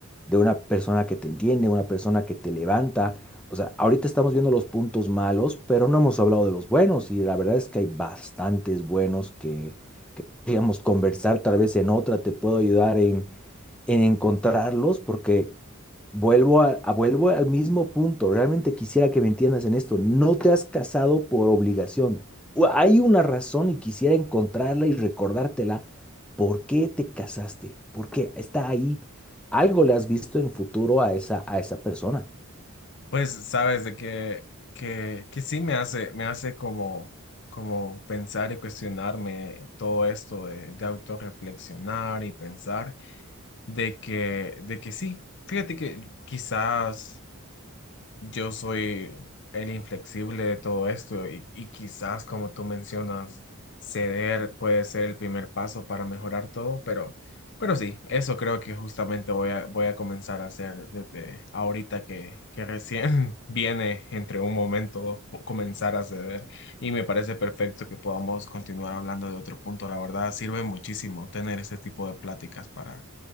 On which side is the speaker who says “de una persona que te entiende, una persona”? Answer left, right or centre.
Centre